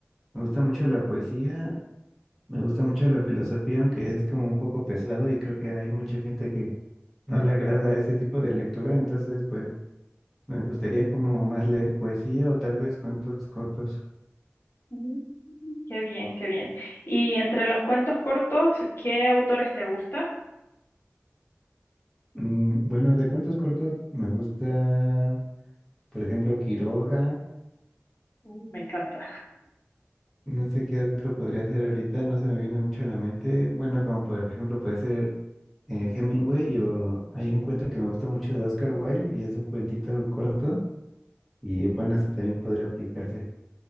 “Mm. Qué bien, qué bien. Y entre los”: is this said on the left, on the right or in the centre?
Left